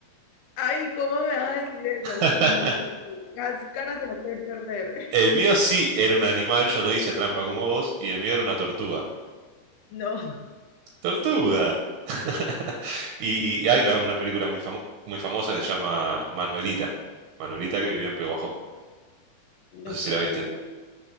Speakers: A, on the left; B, on the right.
A: Ay, ¿cómo me vas a decir eso?
B: <laughs>
A: Uy, no, loco. Las caras te lo pueden perder. <laughs>
B: El mío sí era un animal, yo no hice trampa como vos, y el mío era una tortuga.
A: No,
B: ¡Tortuga! <laughs> Y, y hay una, una película muy, famo- muy famosa que se llama Manuelita. Manuelita que vivía en Peguajó.
A: no,
B: No sé si
A: pero.
B: la viste.
A: eh,